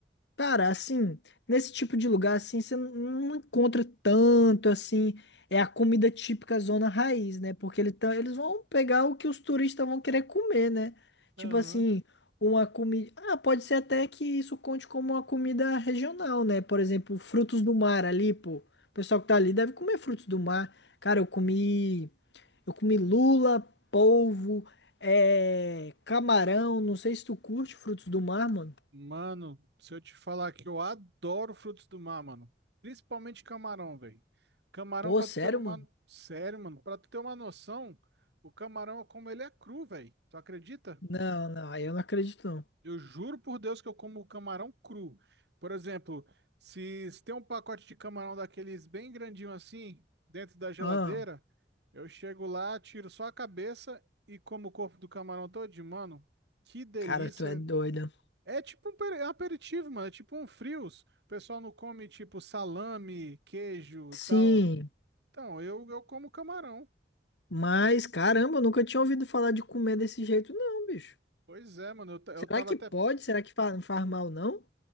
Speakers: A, on the left (about 80°); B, on the right (about 75°).
A: Cara, assim, nesse tipo de lugar, assim, você não não encontra tanto, assim, é a comida típica zona raiz, né? Porque ele tá- eles vão pegar o que os turistas vão querer comer, né?
B: Aham.
A: Tipo assim, uma comida... Ah, pode ser até que isso conte como uma comida regional, né? Por exemplo, frutos do mar ali, pô. O pessoal que tá ali deve comer frutos do mar. Cara, eu comi... Eu comi lula, polvo, é, camarão. Não sei se tu curte frutos do mar, mano.
B: Mano, se eu te falar que eu adoro frutos do mar, mano. Principalmente camarão, velho. Camarão,
A: Pô,
B: pra
A: sério,
B: tu ter uma...
A: mano?
B: Sério, mano, pra tu ter uma noção, o camarão, eu como ele é cru, velho. Tu acredita?
A: Não, não, aí eu não acredito, não.
B: Eu juro por Deus que eu como camarão cru. Por exemplo, se, se tem um pacote de camarão daqueles bem grandinho assim, dentro da geladeira,
A: Ah,
B: eu chego lá, tiro só a cabeça e como o corpo do camarão todinho, mano. Que delícia.
A: cara, tu é doida.
B: É tipo um peri- é um aperitivo, mano. É tipo um frios. O pessoal não come tipo salame, queijo
A: Sim,
B: e tal. Então, eu, eu como camarão.
A: mas caramba, eu nunca tinha ouvido falar de comer desse jeito, não, bicho.
B: Pois é, mano. Eu, ta- eu
A: Será
B: tava
A: que
B: até.
A: pode? Será que fa- faz mal, não?